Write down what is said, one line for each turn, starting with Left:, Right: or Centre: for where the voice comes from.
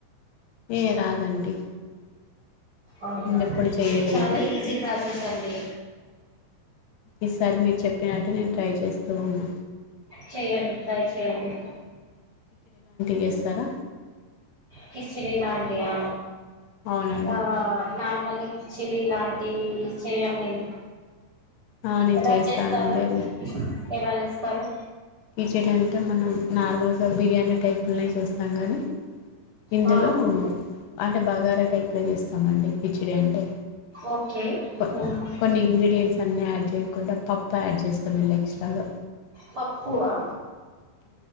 Left: ఏ రాదండి
Right: అవునా
Left: నేను ఎప్పుడు చేయలేదు
Right: చాలా ఈజీ ప్రాసెస్ అండి
Left: ఈసారి మీరు చెప్పినట్టు నేను ట్రై చేస్తూ ఉన్నా
Right: చెయ్యండి ట్రై చెయ్యండి అ
Left: వేస్తారా
Right: కిచిడీలాంటియా
Left: అవునండి
Right: ఆ మామూలుగా కిచిడీ ఇలాంటివి చేయను నేను
Left: ఆ నేను
Right: ఎలా
Left: చేస్తానండి
Right: చేస్తారు ఏలా చేస్తారు
Left: కిచిడీ అంటే మనం నార్మల్గా బిర్యానీ టైపులనే చేస్తాం కానీ ఇందులో
Right: ఆ,
Left: అంటే బగారా టైప్లో చేస్తామండి కిచిడి అంటే
Right: ఓకే
Left: కొ
Right: ఉమ్,
Left: కొన్ని ఇంగ్రీడియంట్స్ అన్ని ఆడ్ చేయకుండా పప్పు యాడ్ చేస్తాం మళ్ళీ ఎక్స్ట్రాగా
Right: పప్పు ఆ